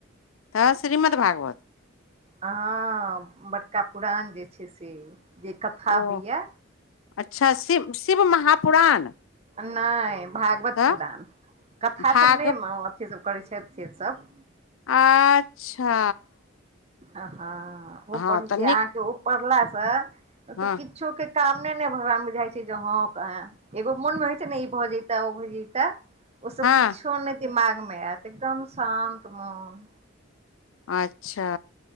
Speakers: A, on the left (about 85°); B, on the right (about 35°).
A: तऽ श्रीमद् भागवत
B: हँ बड़का पुरान जे छै से जे कथा
A: ओ
B: होइए
A: अच्छा शिव शिव महापुराण
B: नहि भागवत
A: तऽ
B: पुुराण कथा
A: भाग
B: सब नहि अथी सब करै छथि से सब
A: अच्छा
B: आ ह ओ
A: हँ
B: पढ़
A: तऽ
B: छै
A: नीक
B: अहाँके ओ पढ़ला से
A: हँ
B: तऽ किछो के हमे ने भगान मे बुझाइ छै जे ह एगो मोन मे होइ छै ने ई भऽ जता ओ भऽ जता ओ सब
A: हँ
B: किछो नहि दिमाग मे आयत एकदम शान्त मन
A: अच्छा